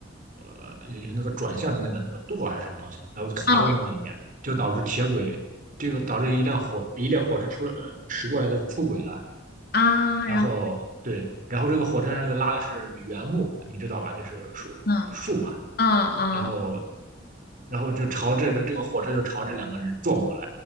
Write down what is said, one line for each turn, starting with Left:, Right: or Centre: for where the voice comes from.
Right: 呃有有那个转向的那个那个舵还是什么东西，然后卡在那个里面，
Left: 啊
Right: 就导致铁轨这个导致一辆火一辆火车出了呃驶过来的出轨了，
Left: 啊，
Right: 然后对，
Left: 然后。
Right: 然后这个火车上又拉的是原木，你知道吧？就是树树嘛。
Left: 嗯啊啊
Right: 然后，然后就朝这这个火车就朝这两个人撞过来。